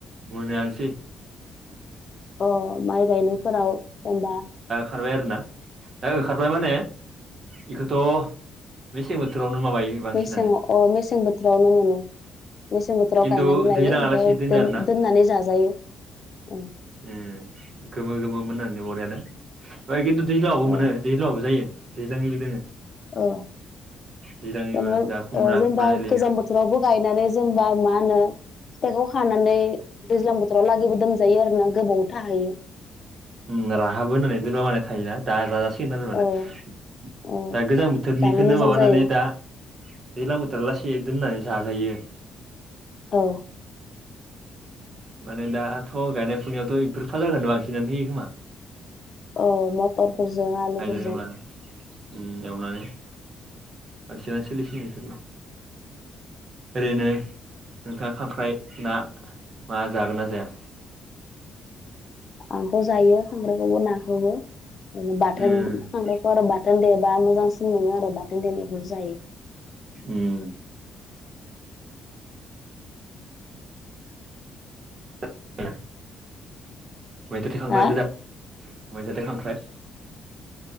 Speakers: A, on the right; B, on the left.
A: मोनोआनसै।
B: अ माइ गायनायफोराव जेनबा
A: खारबाय आरोना दा ओखारबाय माने इखोथ' मेसें बोथोरावनो माबायो बांसिनानो
B: मेसेङाव अ मेसें बोथ्रावनो मोनो। मेसें बोथोराव
A: खिन्थु
B: गायनानै लायो
A: दैज्लाङालासि
B: ओमफाय
A: दोनो
B: दोन
A: आरोना
B: दोननानै जाजायो। औ
A: उम गोमो गोमो मोननानै बरियानो ओमफाय खिन्थु दैज्लाङावबो
B: औ
A: मोनो दैज्लावबो जायो दैज्लांनिबो दोङो
B: औ
A: दैज्लांनिबो
B: जेनबा
A: दा खुमब्रा
B: ओ जेनेबा
A: खुमब्रा जोलै
B: गोजां बोथोरावबो गायनानै जेनेबा मा होनो फिथाइखौ खानानै दैज्लां बोथोराव लागिबो दोन जायो आरोना गोबाव थाहैयो।
A: उम राहाब होनानै दोनबा माने थायोना दा जाजासि गोन आरो माने
B: औ
A: दा
B: औ
A: गोजां बोथोरनिखोनो
B: जानो मोजां
A: माबानानै
B: जायो
A: दा दैज्लां बोथोराव लासे दोननानै जाजायो।
B: औ
A: माने दाथ' गायनाय फुनायावथ' एफोर फाजाखोनो बांसिनानो होयो खोमा।
B: औ मथरफोरजों आलुफोरजों
A: हाजिरा खामला उम एवनानै बांसिनानो सोलिसिगोन बेफोरनो ओरैनो नोंथाङा खांख्राइ ना मा जागोन ना जाया?
B: आंथ' जायो खांख्रायखौबो नाखौबो माने बाथोन
A: उम
B: खख्राइखौ आरो बा थोन देबा मोजांसिन मोनो आरो बाथोन देनायखौसो जायो।
A: उम। <unintelligible> मैथादो खांख्रायदो
B: हा
A: जा मैथादो खांख्राय